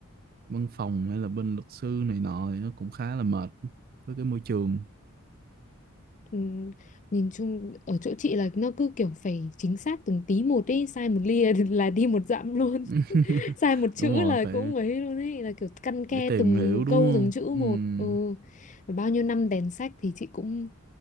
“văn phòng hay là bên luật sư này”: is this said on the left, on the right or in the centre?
Right